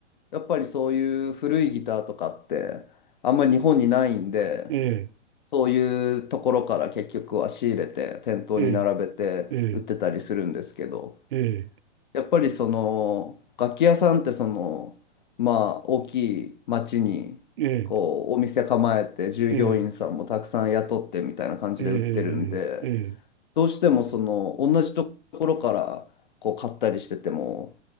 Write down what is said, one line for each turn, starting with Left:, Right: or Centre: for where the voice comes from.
Left: やっぱりそういう古いギターとかって、あんまり日本にないんで、
Right: ええ、
Left: そういうところから結局は仕入れて店頭に並べて売ってたりするんですけど、
Right: ええ、ええ、
Left: やっぱりその楽器屋さんってそのまあ大きい町にこうお店構えて従業員さんもたくさん雇ってみたいな感じで売ってるんで、
Right: ええ、ええ、ええ、ええ、ええ、ええ
Left: どうしてもその同じところからこう買ったりしてても